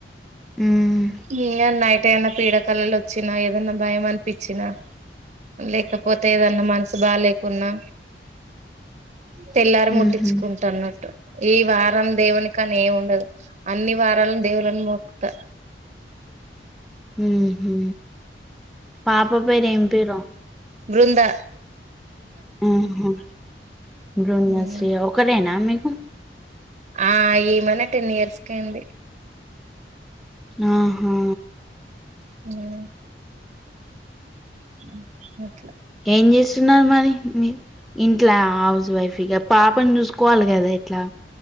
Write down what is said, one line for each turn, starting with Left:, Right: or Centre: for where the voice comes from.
Right: <unintelligible>
Centre: మ్మ్
Right: పీడ కలలు వచ్చినా ఏదన్నా భయం అనిపించినా లేకపోతే ఏదన్నా మనసు బా లేేకున్నా తెల్లారి ముట్టించుకుంటన్నట్టు
Centre: మ్హు
Right: ఈ వరం దేవునికా నేము ఉండదు అన్ని వారాలను దేవులను మొక్కుత
Centre: మ్హు పాప పేరు ఏం పేరు
Right: బృందా
Centre: ఉహుమ్ బృందాశ్రీ
Right: ఉమ్
Centre: ఒక్కరేనా అ మీకు
Right: ఆ ఏమైనా టెన్ ఇయర్స్ క అండి
Centre: ఆహా
Right: ఉ ఉమ్ ఉమ్ ఉ
Centre: ఏం చేస్తు <unintelligible> ఇంట్లా హౌస్ వైఫ్ పాపని చూసుకోవాలి కదా ఇట్లా